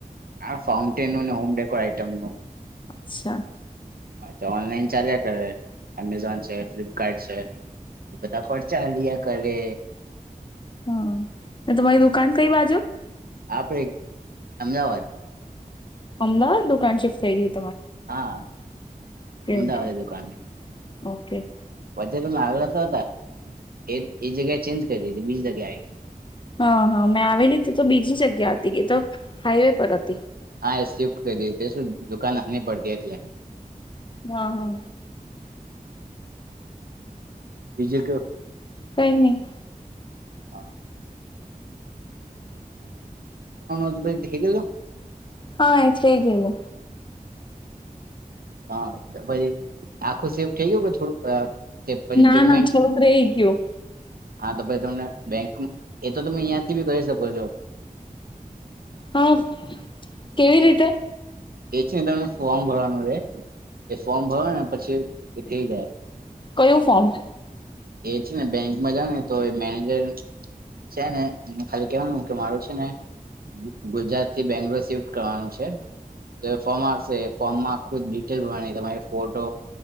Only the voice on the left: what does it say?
અચ્છા
હા અને તમારી દુકાન કઈ બાજુ
અમદ દુકાન શિફ્ટ થઈ ગી
ઓકે
ઓકે
હા હા મેં આવેલી હતી તો બીજી જગ્યા હતી કે તો હાઈવે પર હતી
હા હા
કઈ નહી
હા એે થગેલુ
ના
ના થોડુંક રહી ગયું
હા કેવી રીતે?
કયું ફોર્મ